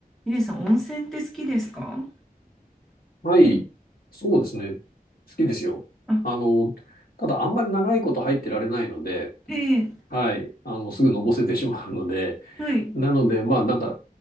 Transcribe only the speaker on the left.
はい。そうですね。好きですよ。
あの、ただあんまり長いこと入ってられないので、
はい。あの、すぐのぼせてしまうので、
なので、まあなんか、